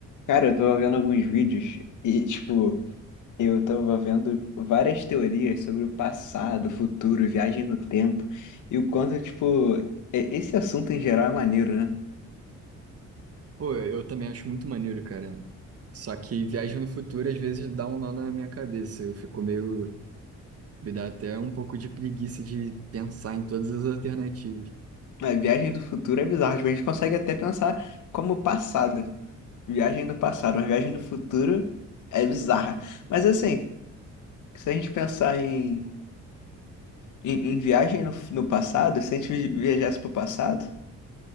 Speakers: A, on the left (about 80°); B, on the right (about 50°).
A: Cara, eu tava vendo alguns vídeos e, tipo, eu tava vendo várias teorias sobre o passado, futuro, viagem no tempo e o quanto, tipo, é- esse assunto em geral é maneiro, né?
B: Pô, eu também acho muito maneiro, cara. Só que viagem no futuro às vezes dá um nó na minha cabeça. Eu fico meio. Me dá até um pouco de preguiça de pensar em todas as alternativas.
A: A viagem do futuro é bizarro, tipo, a gente consegue até pensar como passado, viagem no passado, mas viagem no futuro é bizarra. Mas assim, se a gente pensar em, em, em viagem no, no passado, se a gente vi- viajasse pro passado,